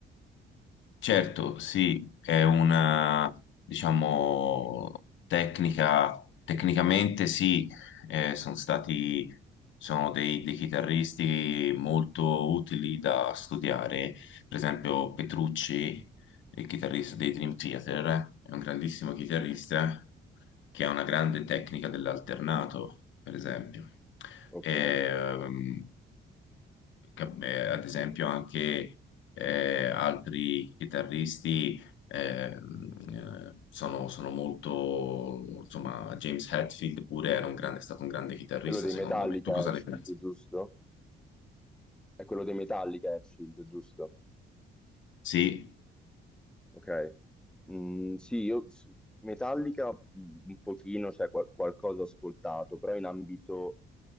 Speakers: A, on the left; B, in the centre.
A: Certo, sì, è una, diciamo, tecnica, tecnicamente sì, eh, sono stati, sono dei, dei chitarristi molto utili da studiare, per esempio Petrucci, il chitarrista dei Dream Theater, è un grandissimo chitarrista che ha una grande tecnica dell'alternato, per esempio.
B: Ok.
A: Ehm, Cap- eh, ad esempio anche eh, altri chitarristi ehm, eh, sono, sono molto, insomma, James Hetfield pure era un grande, è stato un grande chitarrista,
B: Quello dei
A: secondo
B: Metallica
A: me. Tu cosa
B: è Shield,
A: ne pensi?
B: giusto? È quello dei Metallica è Shield, giusto?
A: Sì,
B: Ok. Mm, sì, io s- Metallica mm, un pochino, cioè qual- qualcosa ho ascoltato, però in ambito